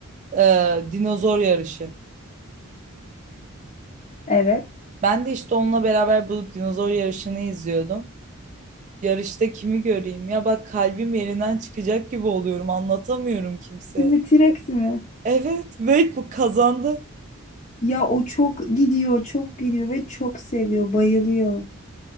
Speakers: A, on the right (about 35°); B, on the left (about 30°).
A: Ee, dinozor yarışı.
B: Evet.
A: Ben de işte onunla beraber bulup dinozor yarışını izliyordum. Yarışta kimi göreyim? Ya bak kalbim yerinden çıkacak gibi oluyorum. Anlatamıyorum kimseye.
B: Şimdi T-Rex mi?
A: Evet ve bu kazandı.
B: Ya o çok gidiyor, çok gidiyor ve çok seviyor, bayılıyor.